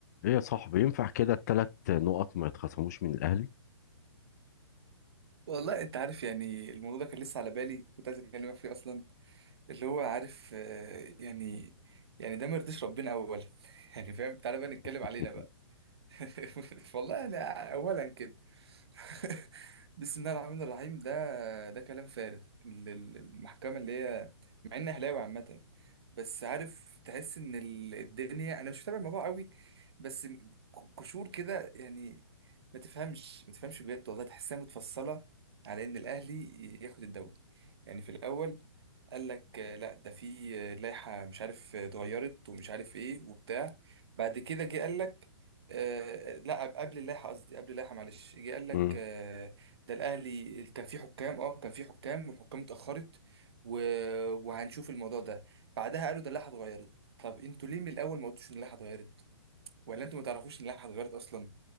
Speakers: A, on the left; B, on the right.
A: ايه يا صاحبي ينفع كده التلات نقط ما يتخصموش من الاهلي
B: والله انت عارف يعني الموضوع ده كان لسه على بالي كنت عايز اكلمك فيه اصلا اللي هو عارف آه، يعني يعني ده ما يرضيش ربنا اولا <laughs> يعني فاهم تعالى بقى نتكلم علينا
A: <laughs>
B: بقى <laughs> والله انا اولا كده <laughs> بسم الله الرحمن الرحيم ده ده كلام فارغ ال- ال- المحكمة اللي هي مع اني اهلاوي عامة بس عارف تحس ان ال- الدنيا انا مش متابع الموضوع قوي بس م- ك- قشور كده يعني ما تفهمش ما تفهمش بجد والله تحسها متفصلة على ان الاهلي ي- ياخد الدوري يعني في الاول قال لك آه، لا ده في آه، لائحة مش عارف آه، اتغيرت ومش عارف ايه وبتاع بعد كده جه قال لك آه لا قبل اللائحه قصدي قبل اللائحه معلش جه قال لك
A: مم.
B: آه ده الاهلي كان فيه حكام اه كان فيه حكام والحكام اتاخرت و... وهنشوف الموضوع ده بعدها قالوا ده اللائحه اتغيرت طب انتوا ليه من الاول ما قلتوش ان اللائحه اتغيرت ولا انتوا ما تعرفوش ان اللائحه اتغيرت اصلا